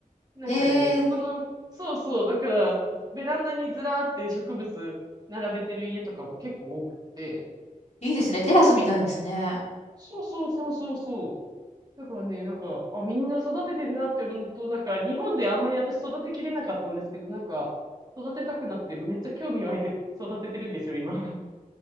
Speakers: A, on the right; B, on the left.
A: なんかね、
B: ええ、
A: そこの、そうそう、だから、ベランダにずらーって植物並べてる家とかも結構多くて、
B: いいですね。テラスみたいですね。
A: そうそうそうそうそう。だからね、なんか、あ、みんな育ててんなって思うと、なんか、日本であんまり私育てきれなかったんですけど、なんか、育てたくなって、めっちゃ興味湧いて育ててるんですよ、今。<laughs>